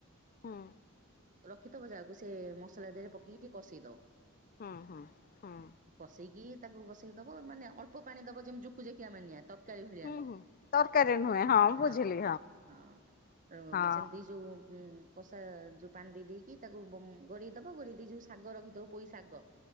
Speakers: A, on the left (about 40°); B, on the right (about 40°).
A: ହଁ।
B: ରଖିଥିବ ଯାହାକୁ ସେ ମସଲା ଦେହରେ ପକେଇକି ଟିକେ କଷେଇଦବ।
A: ହଁ ହଁ ହଁ।
B: କସେଇକି ତାକୁ ବସେଇ ଦବ ମାନେ ଅଳ୍ପ ପାଣି ଦବ ଯେମି ଜୁକୁ ଜାକିଆ ମାନିଆ। ତରକାରୀ ଭଳିଆ
A: ହୁଁ
B: ନୁହ
A: ହୁଁ ତରକାରୀ ନୁହେଁ ବୁଝିଲି
B: ହଁ ହଁ ଅ
A: ହଁ
B: ସେମିତି ଯୋଉ ଉଁ କଷା ଯୋଉ ପାଣି ଦେଇ ଦେଇକି ତାକୁ ବମ ଘୋଡେଇ ଦବା ଘୋଡେଇ ଦେଇ ଯୋଉ ଶାଗ ରଖିଦବୁ ପୋଇ ଶାଗ।